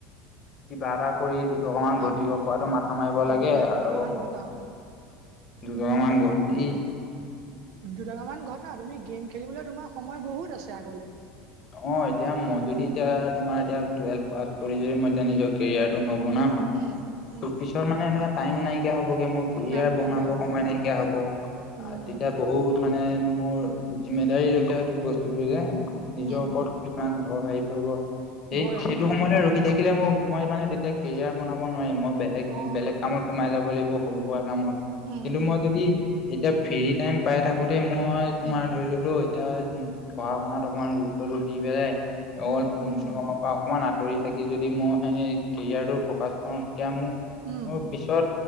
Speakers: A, on the left (about 40°); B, on the right (about 60°).
A: কিবা এটা কৰি দু অকমান
B: অ',
A: ঘটিব পৰাতটো মাথা মাৰিব
B: অ',
A: লাগে
B: এতিয়া
A: আৰু
B: দুটকামান ঘটাও,
A: দুটক মান ঘৰ্তি
B: দুটাক মান ঘটা তুমি গেম খেলিবলৈ তোমাৰ সময় বহুত আছে আগলৈ
A: অ এতিয়া মই যদি এতিয়া তুমাৰ এতিয়া টুৱেলভ পাছ কৰি য মই এতিয়া নিজৰ কেৰিয়াৰটো ন বনা
B: উম, উম,
A: পিছৰ মানে এনেকা টাইম নাইকিয়া হ'ব হে মোৰ কেৰিয়াৰ
B: টাইম নাইকিয়া
A: বনাব
B: হ'ব,
A: সময় নাইকিয়া হ'ব
B: উম।
A: তেতিয়া বহুত মানে মোৰ জিম্মেদাৰি লখিয়া এইটো বস্তুোৰ যে নিজৰ
B: উম,
A: ওপৰত কিছুমান ঘৰ হেৰি কৰিব সেই
B: ভৰ আহি
A: সেইটো
B: পৰিব
A: সময়তে ৰখি থাকিলে মোৰ মই মানে তেতিয়া কেৰিয়াৰ বনাব নোৱাৰিম মই বেলেগ
B: অ',
A: বেলেগ কামত সোমাই যাব লাগিব সৰু সুৰা কামত
B: উম,
A: কিন্তু মই
B: উম,
A: যদি এতিয়া ফ্ৰী টাইম পাই থাকোতে মই তোমাৰ
B: উম,
A: ধৰি ললো এতিয়া পঢ়া শুনাত অকণমান গুৰুত্বটো দি পেলাই অকল
B: উম,
A: ফোন
B: উম,
A: চৰ পৰা অকণমান আঁতৰি থাকি যদি মই সেই কেৰিয়াৰটো ফকাচ কৰো তেতিয়া মোৰ
B: উম,
A: পিছত